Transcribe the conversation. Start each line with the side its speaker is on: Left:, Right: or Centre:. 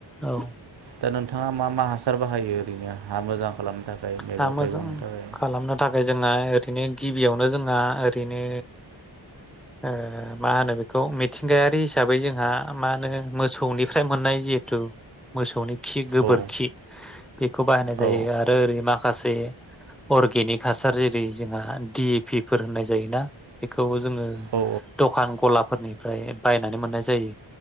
Centre: औ
Right: दा नोंथाङा मा मा हासार बाहायो ओरैनो हा मोजां खालामनो थाय मैगं
Centre: हा
Right: थाइगंनि
Centre: मोजां
Right: थाखाय
Centre: खालामनो थाखाय जोंहा ओरैनो गिबियावनो जोंहा ओरैनो ओ मा होनो बेखौ मिथिंगायारि हिसाबै जोंहा मा होनो मोसौनिफ्राय मोननाय जिहेथु मोसौनि खि गोबोरखि
Right: औ
Centre: बेखौ बाहायनाय जायो
Right: औ
Centre: आरो। माखासे अरगेनिक हासार जेरै जोंहा डि ए पि फोर होननाय जायोना बेखौ जोङो
Right: औ
Centre: दखान गलाफोरनि फ्राय बायनानै मोननाय जायो